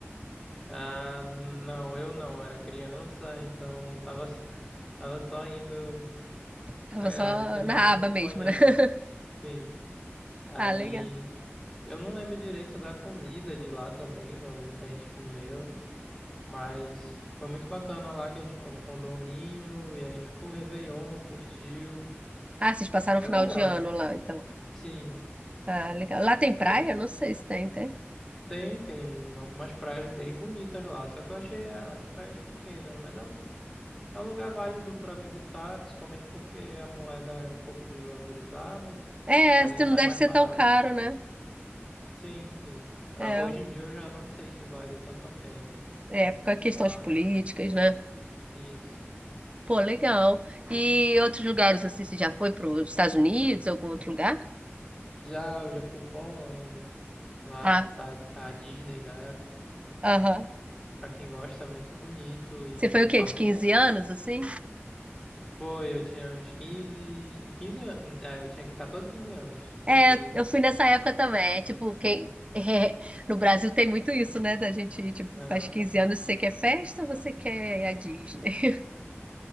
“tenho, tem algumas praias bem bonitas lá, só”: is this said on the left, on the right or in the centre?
Centre